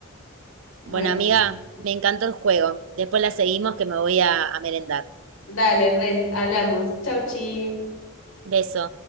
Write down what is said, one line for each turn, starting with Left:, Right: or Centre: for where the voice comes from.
Left: Bueno,
Right: Bueno, amiga, me encantó el juego. Después la seguimos que me voy a, a merendar.
Left: dale, re, hablamos. Chau, chi.
Right: Beso.